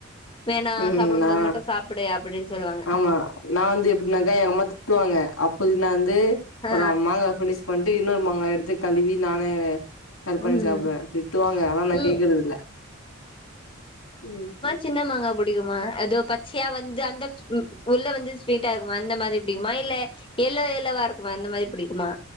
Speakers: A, on the left; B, on the left.
A: வேணா
B: ம்
A: சாப்படும்போது
B: நா
A: மட்டு சாப்படு அப்படின் சொல்லுவாங்க
B: ஆமா நா வந்து எப்டினாக்கா எங்கம்மா திட்டுவாங்க அப்போதிக் நா அந்து
A: ஆ
B: ஒர மாங்கா ஃபினிஷ் பந்டு இன்னொர் மாங்கா எடுத்து கழுவி நானே வே கருப்பண்ணி
A: ம்
B: சாப்டுவேன் திட்டுவாங்க ஆனா நா
A: ம்
B: கேக்குற்துல்ல ம் ஹு
A: சின்னமாங்கா புடிக்குமா அதோ பச்யா வந்து அந்தர்ஸ் உம் உள்ள வந்து ஸ்வீட்டா இர்க்குமா அந்த மாதி பிடிக்குமா இல்லே எல்லோ எல்லோவா இர்க்குமா அந்த மாரி பிடிக்குமா